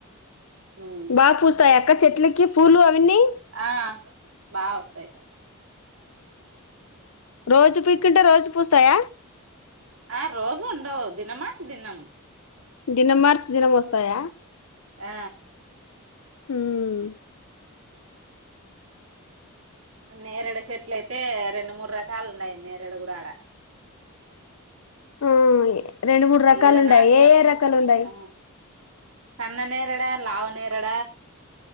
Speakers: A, on the right (about 70°); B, on the left (about 75°).
A: ఉమ్
B: బా పూస్తాయి అక్క చెట్లకి పూలు అవన్నీ
A: ఆ బా వస్తాయ్
B: రోజు పీక్కుంటే రోజు పూస్తాయ
A: ఆ రోజ ఉండవు దినమాసి దినం
B: దినం మార్చి దినం మోస్తాయ
A: ఆ
B: హ్మ్
A: నేరడు చెట్లు అయితే రెండు మూడు రకాలు ఉన్నాయి నేరడు కూడా ఆడ
B: ఆ రెండు మూడు రకాలు
A: ఈడ
B: ఉన్నాయి
A: నాటుకొని
B: ఏ ఏ రకాలున్నాయి
A: ఆ సన్న నేరడ లావు నేరడ